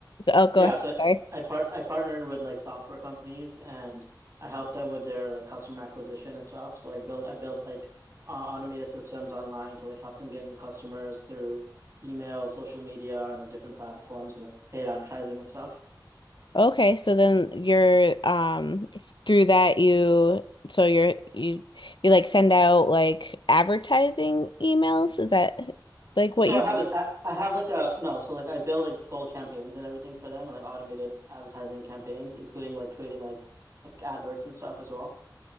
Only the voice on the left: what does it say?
Oh, go
ahead.
Sorry.
Okay, so then you're um through that you so you're you you like send out like advertising emails? Is that like
what you
do?